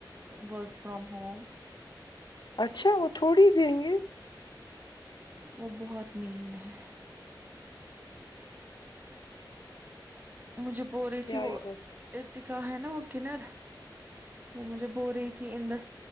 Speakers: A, on the right; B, on the left.
A: ورک فرام ہوم
B: اچھا وہ تھوڑی دیں گے
A: وہ بہت مین ہے مجھے بول رہی
B: کیا
A: تھی وہ
B: ہی کر سکتے۔
A: ارتکا ہے نا وہ کنر وہ مجھے بول رہی تھی اندس